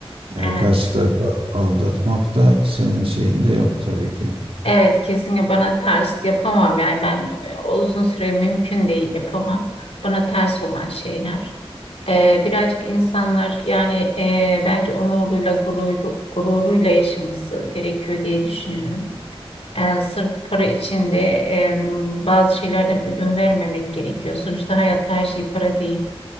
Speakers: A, on the right; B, on the left.
A: e,
B: evet.
A: karşı tarafı aldatmak da senin şeyinde yok tabii ki.
B: Evet kesinlikle bana ters yapamam yani ben e, uzun süre mümkün değil yapamam. Bana ters olan şeyler. Ee, birazcık insanlar yani e, bence onuruyla gururu, gururuyla yaşaması gerekiyor diye düşünüyorum. Ee, sırf para için de e, bazı şeylerden ödün vermemek gerekiyor. Sonuçta hayatta her şey para değil.